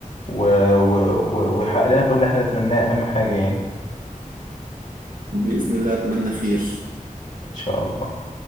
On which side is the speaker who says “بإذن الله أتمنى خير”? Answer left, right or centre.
Right